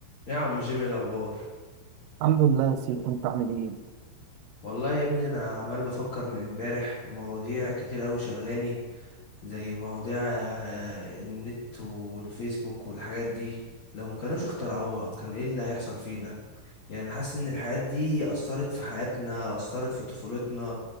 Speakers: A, on the left (about 55°); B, on the right (about 85°).
A: يا عم جيمي إيه الاخبار
B: الحمد لله يا سيدي كنت عامل ايه
A: والله يا ابني انا عمال بفكر من امبارح مواضيع كتير قوي شغلاني زي مواضيع آه، النت والفيسبوك والحاجات دي لو ما كانوش اخترعوها كان ايه اللي هيحصل فينا يعني أنا حاسس ان الحاجات دي اثرت في حياتنا اثرت في طفولتنا